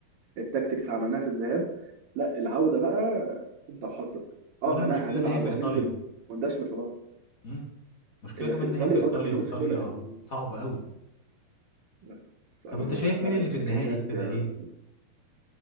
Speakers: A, on the right; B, on the left.
A: التاكتكس عملناها في الذهاب لا العوده بقى انت وحظك
B: كمان
A: اه
B: المشكله
A: هن- هنلعب
B: ان هي في
A: وهننزل
B: ايطاليا
A: وندشمل في بعض
B: امم المشكله
A: هي
B: كمان
A: في ايطاليا
B: ان هي في
A: النهارده
B: ايطاليا
A: كان
B: وايطاليا
A: دي مشكله يعني
B: صعبه قوي
A: بس أنا-
B: طب انت شايف مين
A: لا
B: اللي
A: المشجعين
B: في النهائي
A: هناك
B: كده
A: آه،
B: ايه